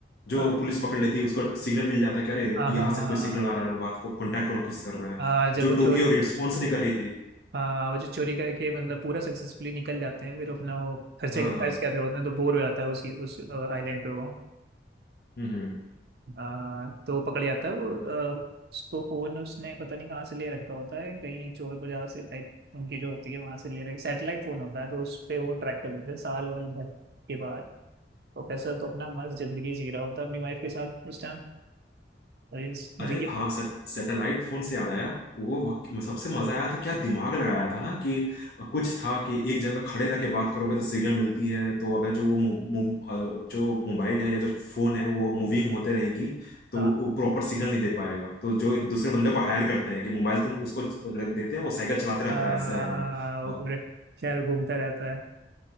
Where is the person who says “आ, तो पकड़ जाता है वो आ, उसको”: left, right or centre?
Right